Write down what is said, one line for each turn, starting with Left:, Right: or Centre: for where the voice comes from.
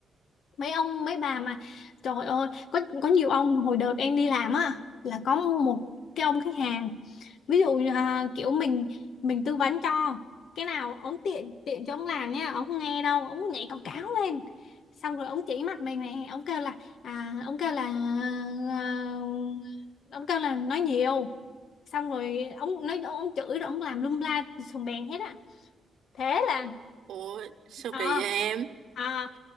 Left: mấy ông mấy bà mà trời ơi có có nhiều ông hồi đợt em đi làm á là có một cái ông khách hàng ví dụ như, à, kiểu mình mình tư vấn cho cái nào ông tiện tiện cho ông làm nha ông không nghe đâu ông nhảy cào cáo lên xong rồi ông chỉ mặt mình nè ông kêu là à, ông kêu là à, ông kêu là nói nhiều xong rồi ông nói ông chửi rồi ông làm lum la sùng bèn hết á thế là
Right: ủa sao
Left: à
Right: kỳ vậy em
Left: à